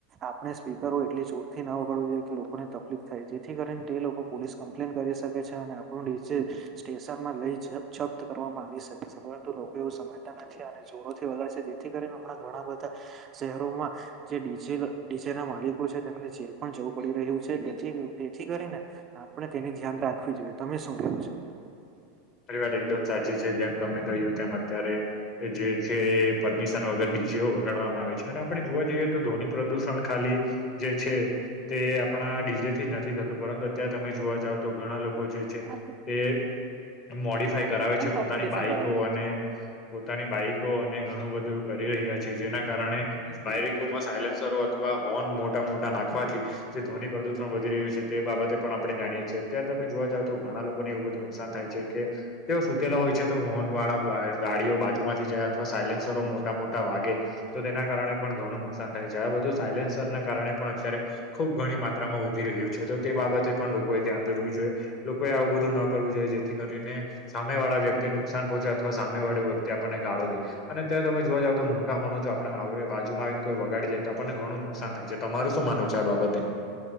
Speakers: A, on the right; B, on the left.
A: આપણે સ્પીકર એટલી જોર ના વગાડવું જોઈએ કે, લોકોને તકલીફ થાય જેથી કરીને, તે લોકો પોલીસ કમ્પ્લેન કરી શકે છે, અને થોડું નીચે સ્ટેશનમાં લઈ જપ્ત જપ્ત કરવામાં આવી શકે છે, પરંતુ લોકો એવું સમય તા નથી, અને જોરોથી વગાડે છે, જેથી કરીને હમણાં ઘણા બધા શહેરોમાં જે ડીજે ડીજે ના માલિકો છે, તેમને જેલ પણ જવું પડી રહ્યું છે, જેથી થી કરી ને, આપણે તેની ધ્યાન રાખવી જોઈએ, તમે શું કેવો છો?
B: પરિવાર એકદમ સાચી છે, જેમ તમે કહ્યું તેમ અત્યારે જે છે, પરમિશન વગરની જેવ વગાડવામાં આવે છે, અને આપણે જોવા જઈએ. તો ધોની પ્રદુષણ ખાલી જે છે. તે આપણા ડીજેથી જ નથી થતું, પરંતુ અત્યારે તમે જોવા જાવ તો ઘણા લોકો જે છે
A: આ
B: તે. મોડિફાય કરાવે
A: ફૂલ
B: છે,
A: કોમ્પિટિશન
B: પોતાની બાઈકો
A: કરાવી રહ્યા
B: અને
A: છે.
B: પોતાની બાઈકો અને ઘણું બધું કરી રહ્યા છે, જેના કારણે બાઈકકોમાં સાયલેન્સરો અથવા હોર્ન મોટા-મોટા નાખવાથી જે ધ્વનિ પ્રદુષણ વધી રહ્યું છે, તે બાબતે પણ આપણે જાણીએ છીએ, અત્યારે તમે જોવા જાવ તો, ઘણા લોકોને એવું બધું નુકસાન થાય છે. જે કે તેઓ સુતેલા હોય છે, તો ફોન વાળા ગાડીઓ બાજુ માંથી જયા અથવા સાયલન્સરો મોટા-મોટા વાગે તો તેના કારણે પણ ઘણું નુકસાન થાય છે, આ બધું સાયલેન્સરના કારણે પણ અત્યારે ખુબ ઘણી માત્રામાં વધી રહ્યું છે, તો તે બાબતે પણ લોકોએ ધ્યાન ધરવું જોઈએ. બીજું કોઈએ આવું બધું ન કરવું જોઈએ, જેથી જેથી કરીને સામે વાળા વ્યક્તિને નુકસાન પહોંચે, અથવા સામે વાળી વ્યક્તિ આપણને ગાળો દે. અને ત્યાં તમે જોવા જાઓ તો મોટા હોનો, જો આપણે બાજુમાં આવીને કોઈ વગાડી જાય તો, આપણને ઘણું નુ નુકસાન થાય છે, તમારું શું માનવું છે આ બાબતે?